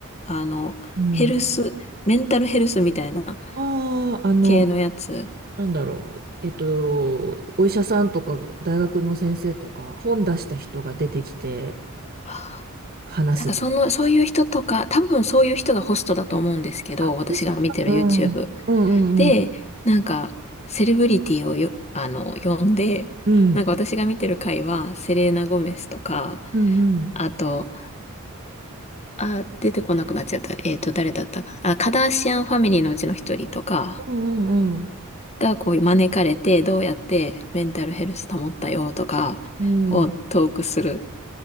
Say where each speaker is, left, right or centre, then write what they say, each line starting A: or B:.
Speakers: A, on the left; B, on the right.
A: あの、
B: うん。
A: ヘルス、メンタルヘルスみたいな
B: ああ、あの、
A: 系のやつ。
B: なんだろう。えっと、お医者さんとか、大学の先生とか、本出した人が出てきて
A: はあ
B: 話す。
A: なんかその、そういう人とか、多分そういう人がホストだと思うんですけど、
B: あ、
A: 私が見てる
B: ですかうん、
A: YouTube。
B: うんう
A: で、
B: んうん。
A: なんか、セレブリティをよ、あの、呼んで、
B: うん。
A: なんか私が見てる回は、セレーナ・ゴメスとか、
B: うんうん。
A: あと、あ、出てこなくなっちゃった。えっと、誰だったか。あ、カダーシアンファミリーのうちの一人とか
B: うんうん
A: がこう招かれて、どうやってメンタルヘルス保ったよとかをトークする
B: うん。うん。